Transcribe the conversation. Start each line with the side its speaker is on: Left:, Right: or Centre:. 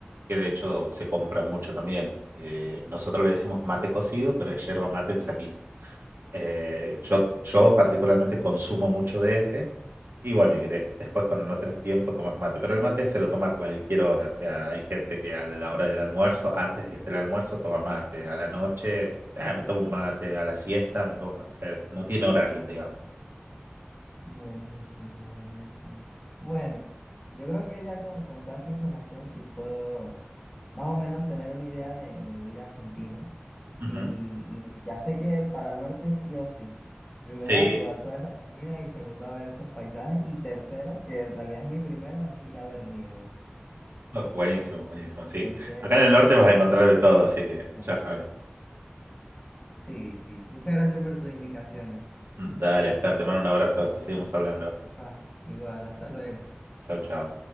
Right: que de hecho se compra mucho también. Eh, nosotros le decimos mate cocido, pero es yerba mate en saquito. Eh, yo, yo particularmente consumo mucho de ese. Y bueno, y de- después cuando no tenés tiempo tomas mate. Pero el mate se lo toma a cualquier hora. O sea, hay gente que a la hora del almuerzo, antes de que esté el almuerzo, toma mate. A la noche, ah, me tomo un mate. A la siesta, me tomo un mate. O sea, no tiene horarios, digamos.
Left: Buenísimo, buenísimo. Bueno, yo creo que ya con, con toda esta información sí puedo más o menos tener una idea de, de ir a Argentina.
Right: Ujú.
Left: Y, y ya sé que para el norte sí o sí. Primero
Right: Sí,
Left: a probar toda esa comida y segundo a ver esos paisajes. Y tercero, que en realidad es mi primero, es ir a ver nieve.
Right: oh, buenísimo, buenísimo. Sí.
Left: Entonces,
Right: Acá
Left: mu-
Right: en el norte vas
Left: muchas
Right: a encontrar de todo, así que
Left: gracias.
Right: ya sabes.
Left: Sí, sí. Muchas gracias por tus indicaciones.
Right: Mm, Dale, Oscar, te mando un abrazo. Después seguimos hablando.
Left: Pa, igual, hasta luego.
Right: Chau, chau.